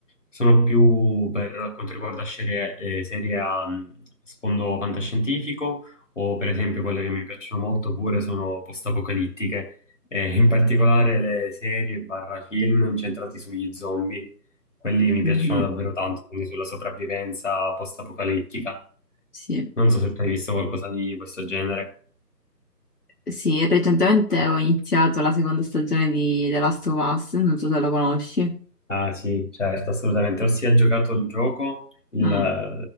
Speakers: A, on the left (about 45°); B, on the left (about 65°).
A: sono più per quanto riguarda serie, eh, serie a mm, sfondo fantascientifico o per esempio quelle che mi piacciono molto pure sono post-apocalittiche, eh, in particolare le serie barra film incentrati sugli zombie. Quelli mi
B: Mhm.
A: piacciono davvero tanto, quindi sulla sopravvivenza post-apocalittica.
B: Sì,
A: Non so se tu hai visto qualcosa di questo genere.
B: sì, recentemente ho iniziato la seconda stagione di The Last of Us, non so se lo conosci.
A: Ah sì, certo, assolutamente. Ho sia giocato il gioco, il,
B: Mm.
A: la-